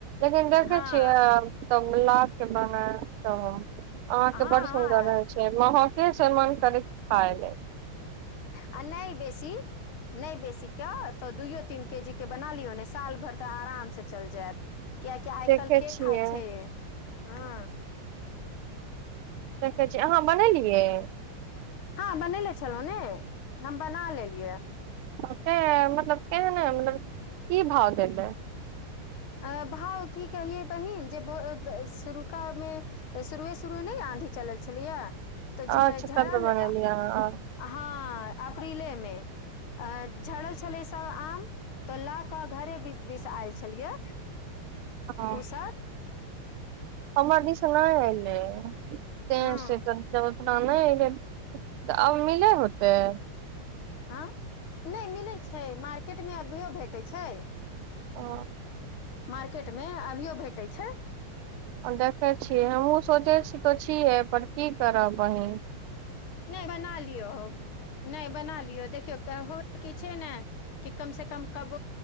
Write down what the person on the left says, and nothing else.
हँ
हँ
हँ
आ नहि बेसी नहि बेसीके त दुइयो तीन केजी के बना लियौ ने साल भरि त आरामस चलि जायत कियकि आइ
कल के
खाय छै हँ
हँ बनेले छलहुँ ने हम बना लेलियै
अ भाव की कहियै बहिन जे शुरुखा मे शुरुए शुरुए न आंधी च चलल छलैय त झ
झारा
मे
हँ अप्रीले मे अ झड़ल छलै सब आम त ल क घरे बिस दिस आयल छलियै
उसब
हँ
आँ नहि मिलैत छै मार्केटमे अभियो भेटै छै
मार्केट मे अभियो भेटै छै
नहि बना लियौ नहि बना लियो देखियौ हो की छै ने कि कम से कम कब